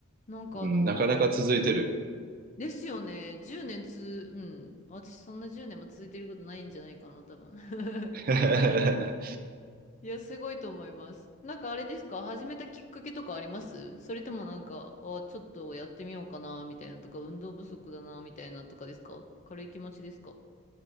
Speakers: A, on the left; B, on the right.
A: なんかあの
B: うん、なかなか続いてる。
A: ですよね。10年つ、うん。私そんな10年も続いてることないんじゃないかな、多分。<laughs>
B: <laughs> え
A: いや、すごいと思います。なんかあれですか始めたきっかけとかありますそれともなんか、あ、ちょっとやってみようかな、みたいなとか、運動不足だな、みたいなとかですか軽い気持ちですか